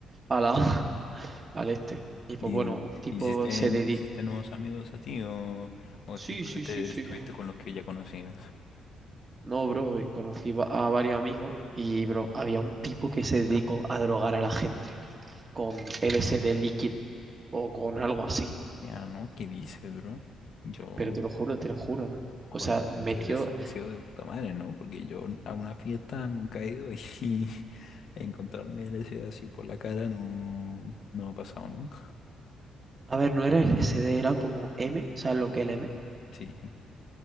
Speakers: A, on the right; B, on the left.
A: a la, <laughs> al este. Y pues
B: ¿Y
A: bueno, un tipo
B: hiciste,
A: se dedica...
B: hiciste nuevos amigos a ti o, o
A: Sí,
B: simplemente
A: sí, sí, sí.
B: estuviste con los que ya conocías?
A: No, bro, eh, conocí va- a varios amigos y, bro, había un tipo que se dedicó a drogar a la gente con LSD líquido o con algo así.
B: Ya, ¿no? ¿Qué dices, bro? Yo,
A: Pero te lo juro, te lo juro.
B: joder,
A: O sea,
B: pues
A: metió...
B: entonces eso ha sido de puta madre, ¿no? Porque yo a una fiesta nunca he ido y <laughs> encontrarme LSD así por la cara no, no ha pasado nunca.
A: A ver, no era LSD, era como M, ¿sabes lo que es el M?
B: Sí.